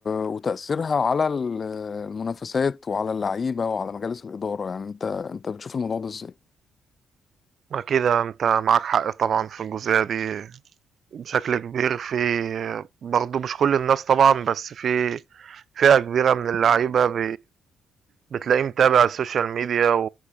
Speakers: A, on the left; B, on the right.
A: وتأثيرها على ال- المنافسات وعلى اللعيبة وعلى مجالس الإدارة يعني انت انت بتشوف الموضوع ده ازاي؟
B: ما كده أنت معاك حق طبعا في الجزئية دي بشكل كبير في برضه مش كل الناس طبعًا، بس في فئة كبيرة من اللعيبة ب بتلاقيه متابع السوشيال ميديا و